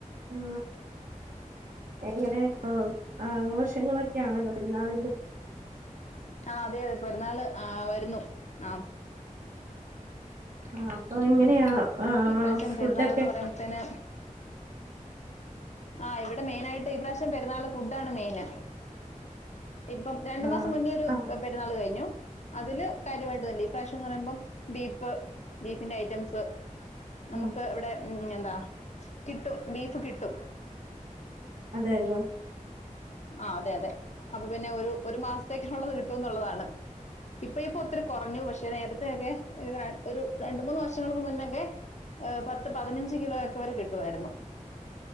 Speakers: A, on the right; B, on the left.
A: ഹാ എങ്ങനെ ആഹ് ആഘോഷങ്ങളൊക്കെ ആണല്ലോ പെരുന്നാളിൻ്റെ.
B: ആഹ് അതെ പെരുന്നാള് ആ വരുന്നു ആഹ്.
A: ആഹ് അപ്പൊ
B: ഉം
A: എങ്ങനെയാ ആ
B: ഈ പ്രാവശ്യം
A: ഫുഡൊക്കെ?
B: പെരുന്നാൾന്ന് പറയുമ്പോത്തേന് ആഹ് ഇവിടെ മെയിനായിട്ട് ഇപ്രാവശ്യം പെരുന്നാള് ഫുഡാണ് മെയിന്. ഇപ്പം രണ്ടു
A: ആ
B: മാസം മുന്നേ ഒരു
A: ആ
B: പെരുന്നാള് കഴിഞ്ഞു. അതില് കാര്യമായിട്ടല്ല, ഈ പ്രാവശ്യം എന്ന്റയുമ്പം ബീഫ് ബീഫിന്റെ ഐറ്റംസ്. നമുക്ക്
A: ഉം
B: ഇവിടെ ഉം എന്താ കിട്ടും ബീഫ് കിട്ടും.
A: അതെല്ലേ.
B: ആഹ് അതെ അതെ. അപ്പൊ പിന്നെ ഒരു ഒരു മാസത്തേക്കൊള്ളത് കിട്ടുംന്നുള്ളതാണ്. ഇപ്പ ഇപ്പൊ ഒത്തിരി കൊറഞ്ഞു, പക്ഷെ നേരത്തെക്കെ ഒരു രണ്ട് മൂന്ന് വർഷങ്ങൾക്ക് മുന്നക്കെ ഏഹ് പത്ത് പതിനഞ്ച് കിലോയൊക്കെ വരെ കിട്ടുവാരുന്നു.